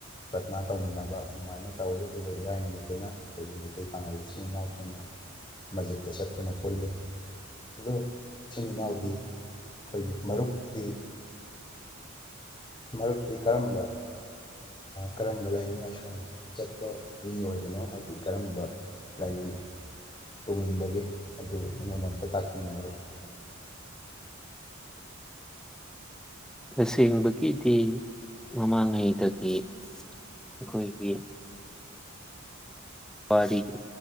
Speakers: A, on the left; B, in the centre.
A: ꯄ꯭ꯔꯊꯅꯥ ꯇꯧꯃꯤꯟꯅꯕ ꯑꯗꯨꯃꯥꯏꯅ ꯇꯧꯋꯤ ꯑꯗꯨꯒ ꯏꯔꯥꯏ ꯅꯨꯃꯤꯠꯇꯅ ꯑꯩꯈꯣꯏꯒꯤ ꯃꯩꯇꯩ ꯄꯥꯉꯜ ꯏꯆꯤꯜ ꯏꯅꯥꯎꯁꯤꯡꯅ ꯃꯁꯖꯤꯠꯇ ꯆꯠꯇꯨꯅ ꯄꯨꯜꯂꯤ ꯑꯣ ꯏꯆꯤꯟ ꯏꯅꯥꯎꯗꯤ ꯑꯩꯈꯣꯏꯒꯤ ꯃꯔꯨꯞꯇꯤ ꯃꯔꯨꯞꯇꯤ ꯀꯔꯝꯕ ꯀꯔꯝꯕ ꯂꯥꯏꯅꯤꯡ ꯂꯥꯏꯁꯣꯟ ꯆꯠꯄ ꯃꯤ ꯑꯣꯏꯕꯅꯣ ꯍꯥꯏꯗꯤ ꯀꯔꯝꯕ ꯂꯥꯏꯅꯤꯡ ꯇꯨꯡꯉꯟꯕꯒꯦ ꯑꯗꯨ ꯑꯩꯉꯣꯟꯗ ꯑꯝꯇ ꯇꯥꯛꯄꯤꯌꯨ ꯃꯔꯨꯞ
B: ꯇꯁꯦꯡꯕꯒꯤꯗꯤ ꯃꯃꯥꯡꯉꯩꯗꯒꯤ ꯑꯩꯈꯣꯏꯒꯤ ꯋꯥꯔꯤ